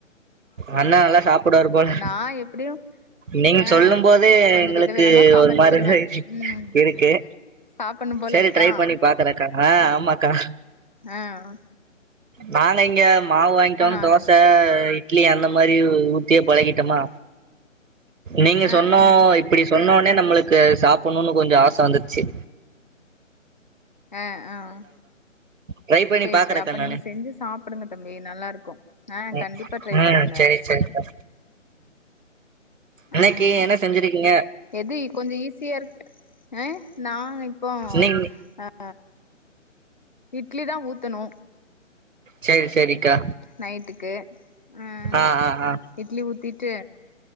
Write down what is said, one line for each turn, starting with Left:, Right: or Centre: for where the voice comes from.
Right: அண்ண நல்லா சாப்டுவாரு போல
Left: நா எப்டியு
Right: நீங்க
Left: ஆ
Right: சொல்லு போதே
Left: கொஞ்ச
Right: எங்களுக்கு
Left: வித விதமா சமச்சிருவே
Right: ஒரு மாரிதா இருக்
Left: ம்
Right: இருக்கு
Left: சாப்பட்ணு போல
Right: சேரி
Left: இருக்கா
Right: ட்ரை பண்ணி பாக்குறக்கா ஆஹ் ஆமாக்கா
Left: ஆஹ்
Right: நாங்க இங்க மாவு வாங்கிக்கோனு
Left: நானு
Right: தோச இட்லி அந்த மாரி உத் இப்டியே பழகிட்டமா நீங்க
Left: ஆ
Right: சொன்னோ
Left: ஆ
Right: இப்டி சொன்னோன் என்ன நம்மளுக்கு சாப்பிட்ணுனு கொஞ்ச ஆச வந்துர்ச்சு
Left: ஆஹ் ஆஹ்
Right: ட்ரை பண்ணி
Left: சேரி
Right: பாக்குறக்கா
Left: சேரி அப்ப
Right: நானு
Left: நீங்க செஞ்சு சாப்டுங்க தம்பி நல்லா இருக்கு ஆஹ்
Right: ம்
Left: கண்டிப்பா ட்ரை
Right: ம்
Left: பண்ணுங்க
Right: செரி செரிக்கா இன்னைக்கு
Left: உம்
Right: என்ன செஞ்சிருக்கீங்க
Left: எது கொஞ்ச ஈஸியா இருக் அஹ் நா இப்போ
Right: நீங்க
Left: அ இட்லி தா ஊத்தனு
Right: செரி செரிக்கா
Left: நைட்டுக்கு அஹ்
Right: ஆ ஆ ஆ
Left: இட்லி ஊத்திட்டு